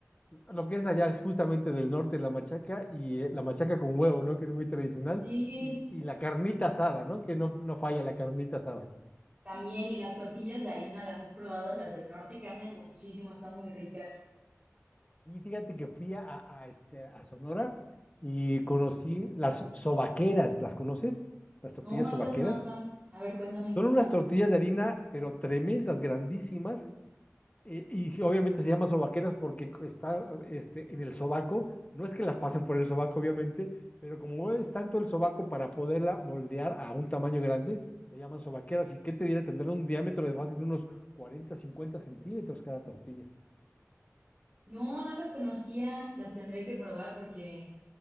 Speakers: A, on the left; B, on the right.
A: Lo que es allá justamente del norte, la machaca y eh, la machaca con huevo, ¿no? Que es muy tradicional.
B: Sí,
A: Y, y la carnita asada, ¿no? Que no, no falla la carnita asada.
B: también y las tortillas de harina, ¿las has probado? Las del norte cambian muchísimo, están muy ricas.
A: Y fíjate que fui a, a- a, este, a Sonora y conocí las sobaqueras. ¿Las conoces? Las tortillas
B: No, esas
A: sobaqueras.
B: no son. A ver, cuéntame qué
A: Son
B: son.
A: unas tortillas de harina, pero tremendas, grandísimas Eh, Y, sí, obviamente se llama sobaqueras porque co- está este, en el sobaco. No es que las pasen por el sobaco, obviamente, pero como mueves tanto el sobaco para poderla moldear a un tamaño grande, se llaman sobaqueras. ¿Y qué te diré? Tendrán un diámetro de fácil unos 40, 50 centímetros cada tortilla.
B: No, no las conocía. Las tendré que probar porque,